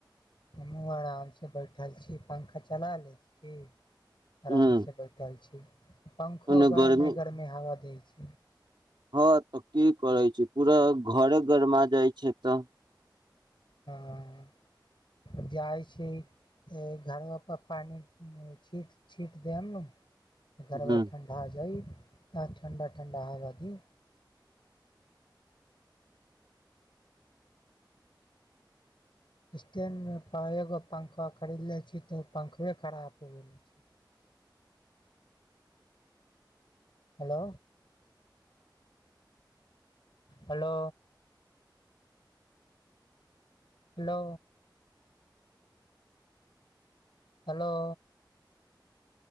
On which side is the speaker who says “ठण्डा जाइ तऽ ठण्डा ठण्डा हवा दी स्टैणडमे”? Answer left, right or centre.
Left